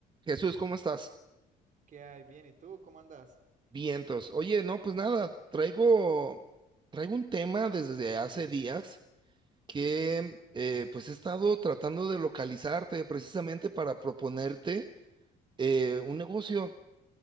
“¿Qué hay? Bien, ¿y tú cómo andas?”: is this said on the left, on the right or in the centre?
Right